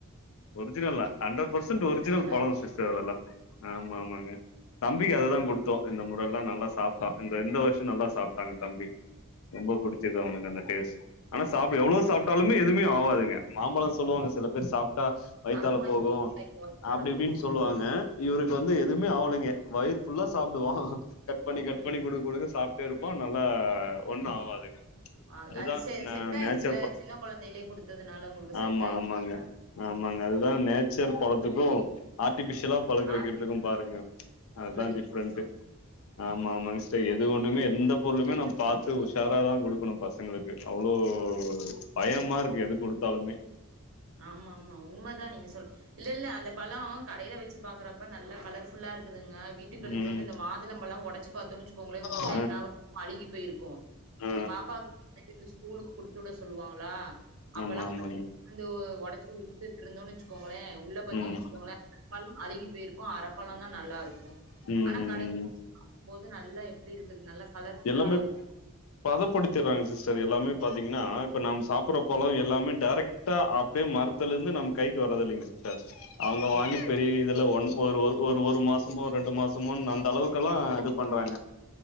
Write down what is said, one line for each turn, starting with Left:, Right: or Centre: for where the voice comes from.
Left: ஒரிஜினல்லா ஹண்ட்ரட் பர்சன்ட் ஒரிஜினல்
Right: நல்லா
Left: பழம்
Right: இருக்கும்.
Left: சிஸ்டர்
Right: ம்
Left: அதெல்லா ஆமா ஆமாங்க தம்பிக்கு அததா குடுத்தோ இந்த முறல்லா நல்லா சாப்ட்டா இந்த இந்த வருஷோ நல்லா சாப்ட்டாங்க தம்பி ரொம்ப புடிச்சது அவனுக்கு அந்த டேஸ்ட் ஆனா சாப் எவ்ளோ சாப்டாலுமே
Right: ம்.
Left: எதுமே ஆவாதுங்க மாம்பழ சொல்லுவாங்க சில பேர் சாப்ட்டா வயித்தால
Right: ஆமா
Left: போகு
Right: ஹீட் ஆயிரும் வயித்தால
Left: அப்டி இப்டின்னு
Right: போகும்.
Left: சொல்லுவாங்க இவருக்கு வந்து எதுவுமே ஆவலங்க வயிறு ஃபுல்லா சாப்டுவா கட் பண்ணி கட்
Right: ம்
Left: பண்ணி குடுக்க குடுக்க சாப்ட்டே இருப்போ நல்ல ஒண்ணு ஆவாதுங்க
Right: ஆ
Left: அதுதா
Right: அது செ
Left: ந
Right: செட் ஆயிருச்சில்ல
Left: நேச்சர் ப
Right: சின்ன கொழந்தையிலேயே குடுத்ததுனால உங்களுக்கு செட்
Left: ஆமா
Right: ஆயிருக்கும்ல
Left: ஆமாங்க ஆமாங்க அதுதா நேச்சர் பழத்துக்கு ஆர்ட்டிபிஷியலா பழுக்கு வக்கிறதுக்கு
Right: ஆர்டிஃபி
Left: பாருங்க அதுதா
Right: உள்ள வித்தியாசோ
Left: டிஃப்ரெண்ட்டே ஆமா ஆமாங்க சிஸ்டர் எது ஒண்னுமே எந்த பொருளுமே நம்ம பாத்து உஷாராதா குடுக்கணு பசங்களுக்கு அவ்ளோ பயமா இருக்கு எது குடுத்தாலுமே
Right: ஆமா ஆமா உண்ம தா நீங்க சொல் இல்ல இல்ல அந்த பழம் கடேல வச்சி பாக்குறப்ப நல்லா கலர் ஃபுல்லா இருக்குதுங்க வீட்டுக்கு எடுத்துட்டு
Left: ம்
Right: வந்து இந்த மாதுளம்பழம் ஒடச்சி பாத்தோன்னு வெச்சுக்கோங்களே உள்ள
Left: ஆ
Right: என்னவோ அழுகி போயிருக்கு
Left: ஆ
Right: எங்க பாப்பாக்கு இந்த ஸ்கூலுக்கு குடுத்துவிட சொல்லுவாங்களா அப்பெல்லா
Left: ஆமா ஆமாங்க
Right: வந்து ஒடச்சி ஊதுத்திட்ருந்தோன்னு வச்சுக்கோங்ளே உள்ள பாத்தீங்கன்னு
Left: ம்
Right: வச்சுக்கோ ங்களே அழுகி போயிருக்கு அரப்பழம்ந்தா நல்லா இருக்கு
Left: ம்
Right: ஆனா கடேல
Left: ம்
Right: போது நல்லா எப்டி இருக்குது நல்லா கலர்ஃபுல்லா
Left: எல்லாமே
Right: வச்சு
Left: பதப்படுத்திட்றாங்க சிஸ்டர் எல்லாமே பாத்தீங்ன்னா இப்ப நாம சாப்ட்ற பழம் எல்லாமே டேரெக்ட் டா அப்டியே மரத்துலருந்து நம்ம கைக்கு வரதில்லைங்க சிஸ் டர் அங்க
Right: ம்
Left: வாங்கி பெரிய இதுல ஒன் ஒரு ஒரு ஒரு மாச மோ ரெண்டு மாசமோன்னு அந்த அளவுக்குல்லா இது பண்றாங்க